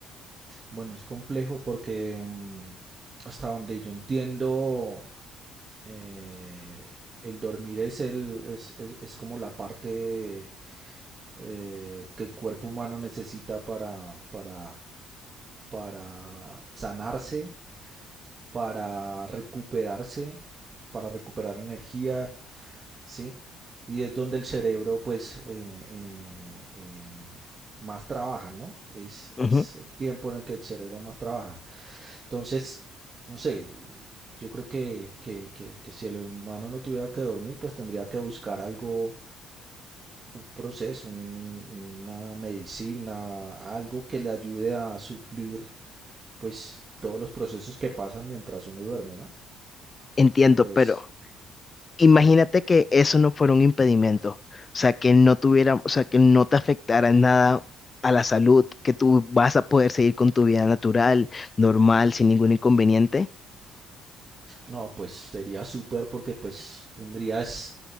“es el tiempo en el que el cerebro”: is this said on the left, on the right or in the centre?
Right